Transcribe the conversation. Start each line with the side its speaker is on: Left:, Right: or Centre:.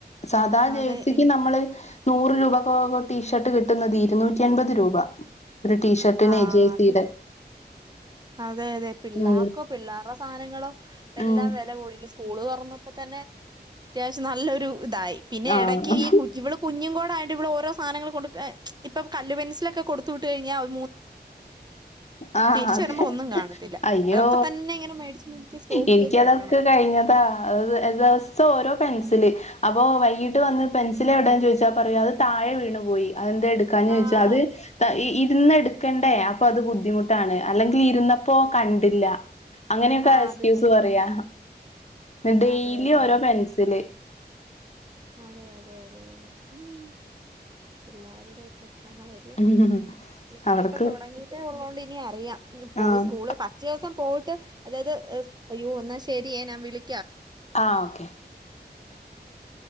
Left: സാധാ ജേഴ്സിക്ക്
Right: അതെ എ-
Left: നമ്മള് നൂറ് രൂപകൊക് ടീഷർട്ട് കിട്ടുന്നത് ഇരുന്നൂറ്റി എൺപത് രൂപ ഒരു ടീഷർട്ടിന്
Right: ആ
Left: ജേഴ്സിയുടെ
Right: അതെ അതെ അതെ പിള്ളേർക്കോ
Left: ഉം
Right: പിള്ളേർടെ സാനങ്ങളോ എല്ലാം
Left: ഉം
Right: വെല കൂടുതല് സ്കൂള് തൊറന്നപ്പോ തന്നെ അത്യാവശ്യം നല്ലൊരു ഇതായി പിന്നെ
Left: ആഹ്
Right: എടയ്ക്ക് ഈ ഇവള് കുഞ്ഞും കൂടെ ആയൊ ഇവള് ഓരോ സാനങ്ങള് കൊട്ക് അ ഇപ്പ കല്ല് പെൻസിലൊക്കെ കൊടുത്ത് വിട്ട് കഴിഞ്ഞാ ഒ
Left: ആ
Right: തിരിച്ചു
Left: അതെ
Right: വരുമ്പോ ഒന്നും കാണത്തില്ല
Left: അയ്യോ
Right: അതൊക്കെ തന്നെ ഇങ്ങനെ മേടിച്ച് മേടിച്ച് സ്റ്റോക്ക്
Left: എനിക്ക്
Right: ചെയ്ത്
Left: അതൊക്കെ
Right: വെക്കണം
Left: കഴിഞ്ഞതാ <unintelligible> ദെവസം ഓരോ പെൻസില് അപ്പൊ വൈകീട്ട് വന്ന് പെൻസില് എവിടെ എന്ന് ചോദിച്ചാ പറയും അത് താഴെ വീണു പോയി അത് എന്തേ എടുക്കാഞ്ഞേ ചോയിച്ചാ
Right: ആഹ്
Left: അത് ഈ ഇരുന്ന് എടുക്കണ്ടേ അപ്പൊ അത് ബുദ്ധിമുട്ടാണ് അല്ലെങ്കി ഇരുന്നപ്പോ കണ്ടില്ല അങ്ങനെയൊക്കെ
Right: ആഹ്
Left: എക്സ്ക്യൂസ്
Right: അത് തന്നെ
Left: പറയാ ഡെയിലി
Right: അതെ അതെ
Left: ഓരോ പെൻസില്
Right: അതെ അതെ അതെ അതെ അതെ ഉം എല്ലാവരുടെ ഒക്കെ കാര്യം
Left: ഉം
Right: ഇവിടെ
Left: അവർക്ക്
Right: ഇപ്പ തൊടങ്ങിട്ടേ ഉള്ളോണ്ട് ഇനി അറിയാം പോയ്
Left: ആഹ്
Right: സ്കൂളി ഫസ്റ്റ് ദിവസം പോയി ട്ട് അതായത് അയ്യോ എന്നാ ശരി ഞാൻ വിളി
Left: ആ ഓക്കെ
Right: ആ